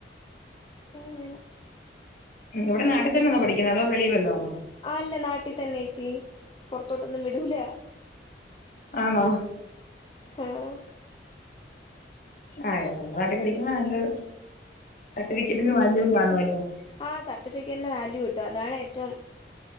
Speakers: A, on the left; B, on the left.
A: അങ്ങനെ
B: എവിടെ നാട്ടി തന്നാണോ പഠിക്കുന്ന അതോ വെളി വല്ലാണോ
A: അല്ല നാട്ടി തന്നെ എച്ചി പൊറത്തോട്ടൊന്നും വിടൂല
B: ആന്നോ
A: ആഹ്
B: ആഹ് ഇവടെ നമ്മുടെ നാട്ടിൽ പഠിക്കുന്നതാ നല്ലത് സർട്ടിഫിക്കറ്റിനു വാല്യുവും കാണുവല്ലോ
A: ആഹ് സർട്ടിഫിക്കറ്റിനു വാല്യൂ കിട്ടും അതാണ് ഏറ്റവും